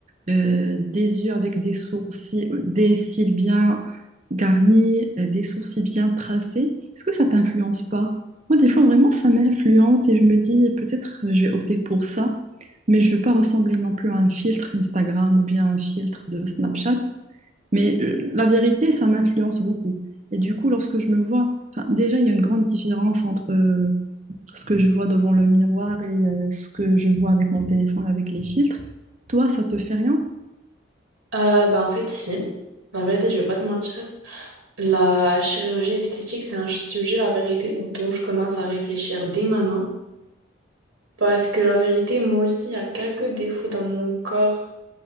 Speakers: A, on the right; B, on the right.
A: euh, des yeux avec des sourcils, euh, des cils bien garnis, euh, des sourcils bien tracés, est-ce que ça t'influence pas? Moi, des fois, vraiment, ça m'influence et je me dis, peut-être euh, je vais opter pour ça, mais je veux pas ressembler non plus à un filtre Instagram ou bien un filtre de Snapchat. Mais euh, la vérité, ça m'influence beaucoup. Et du coup, lorsque je me vois, enfin, déjà, il y a une grande différence entre euh, ce que je vois devant le miroir et euh, ce que je vois avec mon téléphone, avec les filtres. Toi, ça te fait rien?
B: Euh, bah en fait, si. La vérité, je vais pas te mentir. La chirurgie esthétique, c'est un sujet, la vérité, dont je commence à réfléchir dès maintenant. Parce que la vérité, moi aussi, il y a quelques défauts dans mon corps